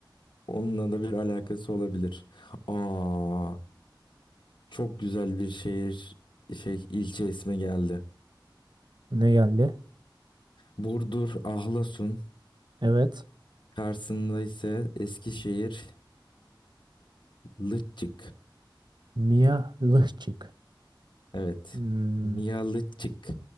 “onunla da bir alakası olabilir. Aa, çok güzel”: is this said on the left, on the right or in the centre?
Left